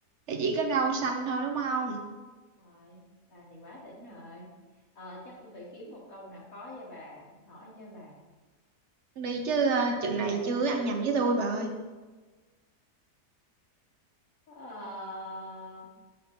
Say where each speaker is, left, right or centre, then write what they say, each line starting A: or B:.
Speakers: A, on the right (about 55°); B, on the left (about 60°).
A: thì chỉ có rau xanh thôi đúng không
B: Rồi, bà thì quá đỉnh rồi. Ờ, chắc tôi phải kiếm một câu nào khó cho bà, hỏi cho bà.
A: đi chứ ờ, chừng
B: Ok.
A: này chưa ăn nhầm với tôi bà ơi
B: Ờ,